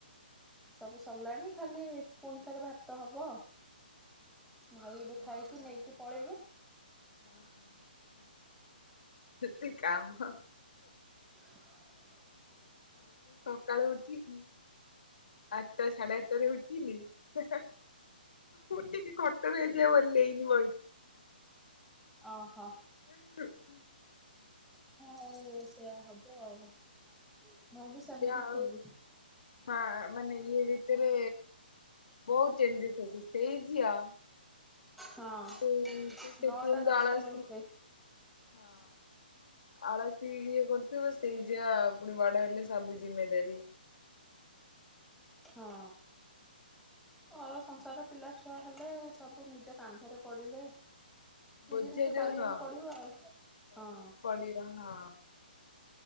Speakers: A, in the centre; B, on the left.
A: ସବୁ ସରିଲାଣି ଖାଲି ପୁଣି ଥରେ ଭାତ ହବ। ଭାଇ
B: ପୁରା ଗୃହିଣୀ
A: ଏବେ ଖାଇକି ନେଇକି
B: ଆଉ ନାଇ
A: ପଳେଇବେ।
B: <inaudible> ହଁ। ଯେତିକି କାମ।
A: <inaudible>
B: <unintelligible> ସକାଳୁ ଉଠିକି ଆଠଟା ସାଢ଼େ ଆଠଟାରେ ଉଠିିଲି ହେ ହେ ଉଠି କି ଖଟ ଓହ୍ଲେଇ ନି ବଇଚି ।
A: ଓହୋ।
B: <inaudible>
A: ହଉ ସେୟା ହବ ଆଉ ମୁଁ ବି ସେମିତି
B: ଝିଅ ଆଉ
A: ଥିଲି।
B: ମା ମାନେ ଇଏ ଭିତରେ ବହୁତ ଚେଞ୍ଜେସ୍ ଅଛି ସେଇ ଝିଅ
A: ହଁ।
B: କିନ୍ତୁ ସେ
A: ନଅଟା
B: ତ ପୁରା
A: ଦଶଟାରେ
B: ଅଳସି
A: ଉଠେ।
B: ହଁ <inaudible> ଆଳସୀ ଇଏ କରୁଥିବ ସେଇ ଝିଅ ପୁଣି ବଡ଼ ହେଲେ ସବୁ କିଛି କରି ପାରିବେ। <inaudible>
A: ହଁ। ମୋର ସଂସାର ପିଲା ଛୁଆ ଛୁଆ ହେଲେ ସବୁ ନିଜ କାନ୍ଧରେ ପଡିଲେ ନିଜେ
B: ବୋଝେଇ
A: ନିଜେ
B: ଯଉ
A: କରିବାକୁ
B: ନୁହଁ
A: ପଡିବ ଆଉ।
B: କରିବାକୁ
A: ହଁ
B: ପଡିବ ହଁ।